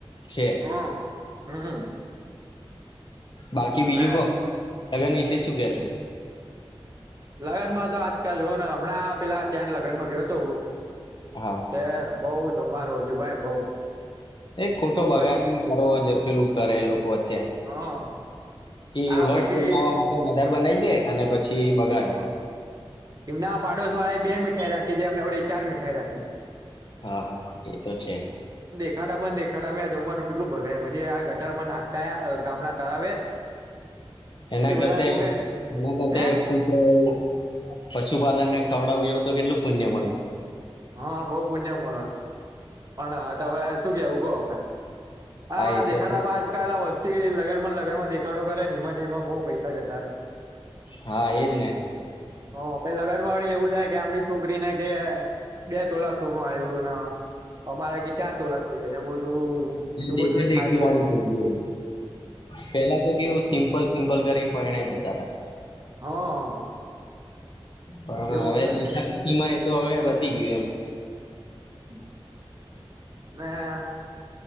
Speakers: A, on the left (about 55°); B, on the right (about 40°).
A: છે
B: હમ હમ.
A: બાકી બીજું
B: અને
A: કોહ લગન વિશે શું કેશ?
B: લગનમાં તો આજકાલ જોઓને હમણાં પેલા ત્યાં લગનમાં ગયો હતો હું
A: હા
B: એ બઉ જમવારું હજુ ભાઈ બઉ.
A: એ ખોટો
B: બઉ
A: બગાડ
B: પછી
A: બ કરો પેલું કરે લોકો અત્યારે.
B: હા
A: એ
B: આ
A: વર્સ
B: પછી
A: જમાવવા માટે વધાર બનાવી દે અને પછી બગાડે.
B: હા એમના પાડોશ વાળા એ બે મીઠાઈ રાખી છે એમને વડે ચાર મીઠાઈ રાખી.
A: હા હા એ તો છે.
B: દખાડા બંધ દેખાડામાં જમવાનું કેટલું ભગડે પછી આ ગટરમાં નાખતા ગામના તળાવે
A: એના
B: પછી
A: કરતાં
B: બધા કઉ કે
A: <unintelligible>
B: હે
A: કુતરાઓ પશુપાલન ને ખવડાવું જો હો તો કેટલું પુણ્યમળે.
B: હા બહુ પુણ્ય મળત પણ હ તો હવે શું કે ગહે હા
A: એ તો
B: દેખાડામાં આજકાલ <inaudible> લગન માં લગન માં દેખાડ કરે નિમા નિમા બહઉ પૈસા જતા રહેે.
A: હા એજ ને.
B: હ પહી લગનમાં વળી એવું થાય કે અમરી છોકરી ને કે બે તોલા સો ન આવ્યું ન અમારે ચાર ટોલા જોઈએ ને એવું બધું એવું
A: દેખે
B: બધું એ
A: દેખી
B: થાય ગયા.
A: વાળું થઈ ગયું પેલા તો કેવું સિમ્પલ સિમ્પલ કરીને પરણાવી દેતા હતા.
B: હા
A: પણ
B: એવું
A: હવે
B: પછી
A: દેખા દીખી માં એ તો હવે વધી ગયું એમ.
B: <unintelligible>